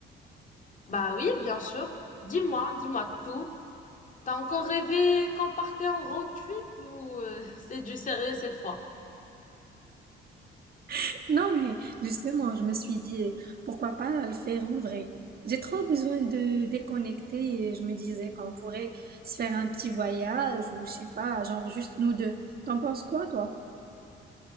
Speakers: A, on the left; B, on the right.
A: Bah oui, bien sûr. Dis-moi, dis-moi tout. T'as encore rêvé qu'on partait en road trip ou euh, <laughs> c'est du sérieux cette fois?
B: <laughs> Non, mais justement, je me suis dit, pourquoi pas le faire en vrai? J'ai trop besoin de déconnecter et je me disais qu'on pourrait se faire un petit voyage ou je sais pas, genre juste nous deux. T'en penses quoi, toi?